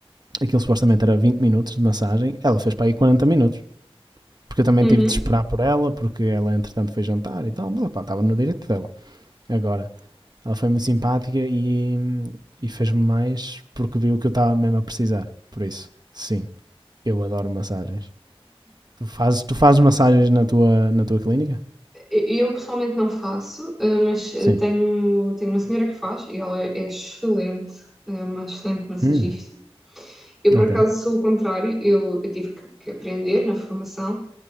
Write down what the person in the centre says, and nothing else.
Uhum.
Eu eu pessoalmente não faço, eh, mas eh,
tenho, tenho uma senhora que faz e ela é excelente, é uma excelente massagista.
Eu, por
acaso, sou o contrário, eu, eu tive que, que aprender na formação,